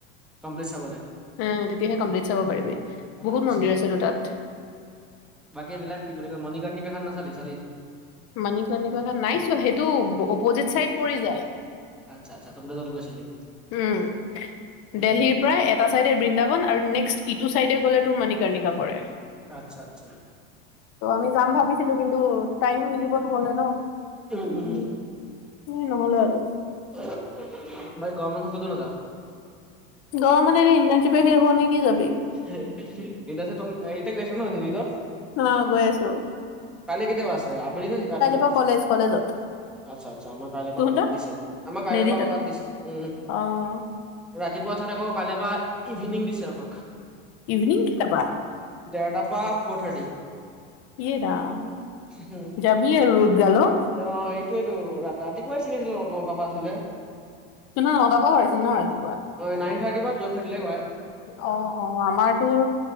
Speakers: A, in the centre; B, on the left (about 50°).
A: কমপ্লিট চাবলে
B: অ'! তেতিয়াহে কমপ্লিট চাব পাৰিবি। বহুত
A: আচ্ছা
B: মন্দিৰ আছেতো তাত।
A: বাকী এইবিলাক, কি বুলি কয়? মণিকৰ্নিকা খন নাচালি, চালি?
B: মানিকাৰ্নিকা খন, নাই চোৱা! সেইটো অপজিত চাইড পৰি যায়।
A: আচ্ছ! আচ্ছা! তহঁতি তালৈ গৈছিলি?
B: উম!
A: উম
B: দিল্লীৰ পৰা এটা চাইডে, বৃন্দাবন আৰু নেক্সট ইটো চাইডে গ'লে, তোৰ মণিকাৰ্নিকা পৰে।
A: আচ্ছা! আচ্ছা!
B: ত' আমি যাম ভাবিছিলোঁ! কিন্তু, টাইম মিলিব নহ'লে ন'।
A: উম, উম।
B: এ, নহ'লে আৰু।
A: <unintelligible> ভাই গৰম বন্ধত ক'তো নেযাওঁ?
B: গৰম মানে, ইণ্টাৰ্নছিপে শেষ হোৱা নাই। কি যাবি?
A: <unintelligible> ইন্টাৰ্নছিপ তহঁত হৰিয়ে গৈ আছ ন'? <unintelligible>
B: অ'! গৈ আছোঁ।
A: কালি কেতিয়া পৰা আছে? আবেলি নে ৰাতিপুৱা?
B: পৰা কলেজ কলেজত
A: আচ্ছা, আচ্ছা। আমাৰ কাইলৈ
B: তহঁতৰ
A: পা ক' তাত দিছে, আমাৰ কাইলৈ
B: নেদি
A: পা
B: তই
A: ক' তাত দিছে। উম!
B: অ'!
A: ৰাতিপুৱা তাত আকৌ, কাইলৈৰ পৰা ইভিনিং দিছে আমাক।
B: ইভিনিং কেইটা পা?
A: ডেৰটা পৰা, ফ'ৰ থাৰ্টি।
B: ইয়ে ৰাম!
A: উম,
B: যাবি আৰু ৰ'দ গালত।
A: অ'! এইটোৱেটো, ৰাতিপুৱাই <unintelligible> নটা পৰা আছিলে।
B: সিদিনা নতা পৰা <unintelligible> ন ৰাতিপুৱা?
A: অ', নাইন থাৰ্টি পৰা টুৱেলভ থাৰ্টি লৈ কৰাই।
B: অ'! অ'! আমাৰ তোৰ,